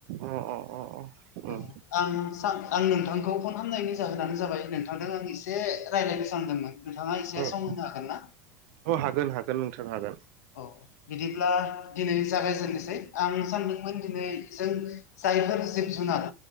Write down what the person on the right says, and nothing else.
अ अ अ अ। उम
उम
अ हागोन हागोन नोंथां हागोन।